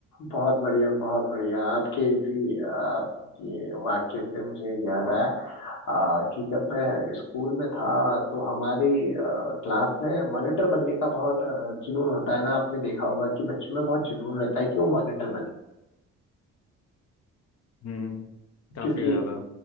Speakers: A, on the left (about 80°); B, on the left (about 55°).
A: बहुत बढ़िया बहुत बढ़िया आपके इसी आ, ये वाक्य से मुझे एक याद आया आ, कि जब मैं स्कूल में था तो हमारी आ, क्लास में मॉनिटर बनने का बहुत आ, जुनून होता है ना आपने देखा होगा कि बच्चों में बहुत जुनून रहता है कि वो मॉनिटर बने
B: हम्म काफ़ी
A: क्योंकि
B: ज़्यादा